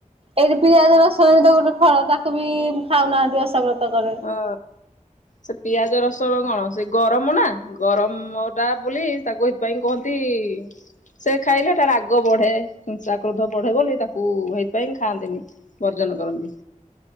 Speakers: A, on the right; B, on the left.
A: ଏଠି ପିଆଜ ରସଣ ଗୋଟେ ଫଳ ତାକୁ ବି ଖାଉନାହାନ୍ତି ଓସାବ୍ରତ କରି
B: ହଁ ସେ ପିଆଜ ରସୁଣ କଣ ସେ ଗରମ ନା ଗରମ ଟା ବୋଲି ତାକୁ ଏଥିପାଇଁ କୁହନ୍ତି ସେ ଖାଇଲେ ହେଟା ରାଗ ବଢେ ହିଂସା କ୍ରୋଧ ବଢେଇବନ ତାକୁ ସେଇଥିପାଇଁ ଖାଆନ୍ତିନି ବର୍ଜନ କରନ୍ତି